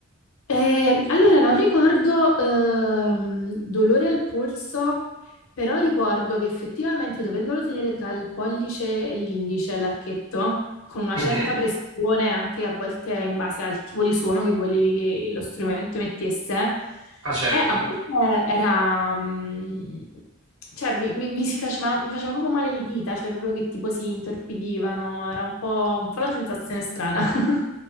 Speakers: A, on the left (about 85°); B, on the right (about 70°).
A: Eh, allora, non ricordo ehm, dolore al polso, però ricordo che effettivamente dovendolo tenere tra il pollice e l'indice, l'archetto, con una
B: Mhm.
A: certa pressione, anche a volte in base al tipo di suono che volevi che lo strumento emettesse,
B: Ah, certo.
A: eh, a volte era... mm, cioè, mi, mi- mi si faceva, mi facevano proprio male le dita, cioè proprio che tipo si intorpidivano, era un po', un po' una sensazione strana. <laughs>